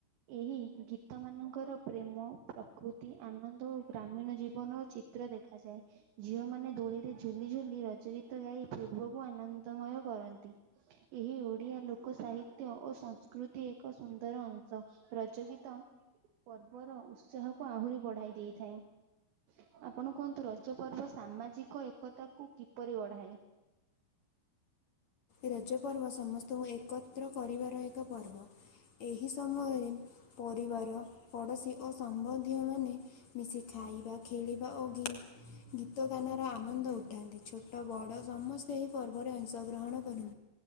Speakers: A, on the right; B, on the left.
A: ଏହି ଗୀତମାନଙ୍କର ପ୍ରେମ ପ୍ରକୃତି ଆନନ୍ଦ ଓ ଗ୍ରାମୀଣ ଜୀବନର ହେଉଚି ଚିତ୍ର ଦେଖାଯାଏ। ଝିଅମାନେ ଦୋଳିରେ ଝୁଲି ଝୁଲି ରଜ ଗୀତ ଗାଇ ପୂର୍ବକୁ ଆନନ୍ଦମୟ କରନ୍ତି। ଏହି ଓଡ଼ିଆ ଲୋକ ସାହିତ୍ୟ ଓ ସଂସ୍କୃତି ଏକ ସୁନ୍ଦର ଅଂଶ। ନାଚ ଗୀତ ପର୍ବର ଉତ୍ସାହକୁ ଆହୁରି ବଢାଇ ଦେଇଥାଏ। ଆପଣ କୁହନ୍ତୁ ରଜ ପର୍ବ ସାମାଜିକ ଏକତାକୁ କିପରି ବଢ଼ାଏ?
B: ରଜ ପର୍ବ ସମସ୍ତଙ୍କୁ ଏକତ୍ର କରିବାର ଏକ ପର୍ବ ଏହି ସମୟରେ ପରିବାର ପଡ଼ୋଶୀ ଓ ସମ୍ବନ୍ଧୀୟମାନେ ମିଶି ଖାଇବା ଖେଳିବା ଓ ଗି ଗୀତ ଗାନାର ଆନନ୍ଦ ଉଠାନ୍ତି ଛୋଟ ବଡ଼ ସମସ୍ତେ ଏହି ପର୍ବରେ ଅଂଶଗ୍ରହଣ କରି।